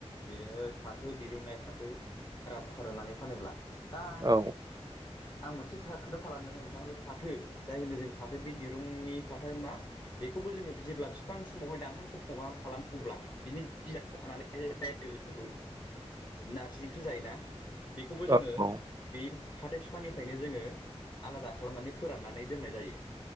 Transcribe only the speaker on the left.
बिदिनो फाथो दिरुननाय फाथो रा फोरनानै फानोब्ला दा
आं मोनसे खोथा थालांदों नोंथां बे फाथो जाय होनो जों फाथो बे दिरुंनि फाथो मा बेखौबो जोङो जेब्ला बिफां समावहाय दानहां समाव माबा खालामोब्ला बिनि बिलाइखौ खानानै जे जोंखौ नारजि ओंख्रि जायोना बेखौबो जोङो
बे फाथो फिफांनिफ्रायनो जोङो आलादा खालामनानै फोराननानै दोननाय जायो।